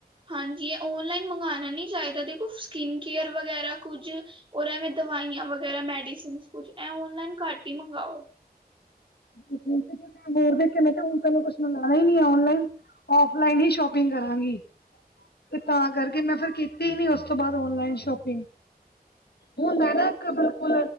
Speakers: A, on the right; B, on the left.
A: ਹਾਂਜੀ ਇਹ ਔਨਲਾਈਨ ਮੰਗਾਨਾ ਨਹੀਂ ਚਾਹੀਦਾ ਦੇਖੋ ਸਕਿੰਨ ਕੇਅਰ ਵਗੈਰਾ ਕੁਝ। ਔਰ ਏਵੇਂ ਦਵਾਈਆਂ ਵਗੈਰਾ ਮੈਡੀਸਿਨਸ ਕੁਛ ਇਹ ਓਨਲਾਈਨ ਘੱਟ ਹੀ ਮੰਗਾਓ।
B: ਮੈਂ ਫੋਨ ਤੇ ਦੇਖ ਦੇਖ ਕੇ ਮੈਂ ਤਾਂ ਹੁਨ ਕੁਛ ਮੰਗਾਣਾ ਹੀ ਨੀ ਏ ਔਨਲਾਈਨ। ਔਫਲਾਈਨ ਹੀ ਸ਼ੋਪਿੰਗ ਕਰਾਂਗੀ। ਤੇ ਤਾਂ ਕਰਕੇ ਮੈਂ ਫੇਰ ਕੀਤੀ ਹੀ ਨੀ ਉਸ ਤੋਂ ਬਾਅਦ ਓਨਲਾਈਨ ਸ਼ੋਪਿੰਗ ਹੁਨ ਮੈਂ ਨਾ ਬਿਲਕੁਲ